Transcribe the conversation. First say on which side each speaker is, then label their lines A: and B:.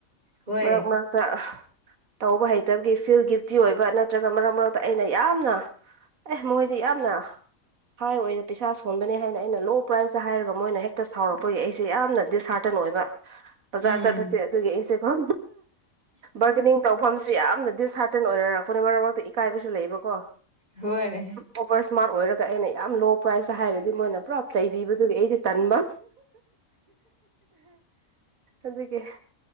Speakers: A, on the right; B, on the right.
A: ꯍꯣꯏ
B: ꯃꯥꯔꯛ ꯃꯔꯥꯛ ꯒꯣ ꯇ ꯇꯧꯕ ꯍꯩꯇꯕꯒꯤ ꯐꯤꯜ ꯒꯤꯜꯇꯤ ꯑꯣꯏꯕ ꯅꯠꯇ꯭ꯔꯒ ꯃꯔꯛ ꯃꯔꯛꯇ ꯑꯩꯅ ꯌꯥꯝ ꯌꯥꯝꯅ ꯑꯦ ꯃꯣꯏꯗꯤ ꯌꯥꯝꯅ ꯍꯥꯏ ꯑꯣꯏꯔꯦ ꯄꯩꯁꯥ ꯁꯣꯟꯕꯅꯦ ꯍꯥꯏꯅ ꯑꯩꯅ ꯂꯣ ꯄ꯭ꯔꯥꯏꯖꯇ ꯍꯥꯏꯔꯒ ꯃꯣꯏꯅ ꯍꯦꯛꯇ ꯁꯥꯎꯔꯛꯄꯒꯤ ꯑꯩꯁꯦ ꯌꯥꯝꯅ ꯗꯤꯁꯍꯥꯔꯇꯟ ꯑꯣꯏꯕ ꯕꯖꯥꯔ
A: ꯎꯝ
B: ꯆꯠꯄꯁꯦ ꯑꯗꯨꯒꯤ ꯑꯩꯁꯦ ꯒꯣ ꯕꯥꯔꯒꯦꯅꯤꯡ ꯇꯧꯐꯝꯁꯦ ꯌꯥꯝꯅ ꯗꯤꯁꯍꯥꯔꯇꯦꯟ ꯑꯣꯏꯔꯛꯄꯅꯤ ꯃꯔꯛ ꯃꯔꯛꯇ ꯏꯀꯥꯏꯕꯁꯨ ꯂꯩꯕꯀꯣ
A: ꯍꯣꯏ
B: ꯑꯣꯕꯔ ꯏꯁꯃꯥꯔꯠ ꯑꯣꯏꯔꯒ ꯑꯩꯅ ꯌꯥꯝ ꯂꯣ ꯄ꯭ꯔꯥꯏꯖꯇ ꯍꯥꯏꯔꯗꯤ ꯃꯣꯏꯅ ꯄꯨꯔꯞ ꯆꯩꯕꯤꯕꯗꯨꯒꯤ ꯑꯩꯁꯦ ꯇꯟꯕ ꯑꯗꯨꯒꯤ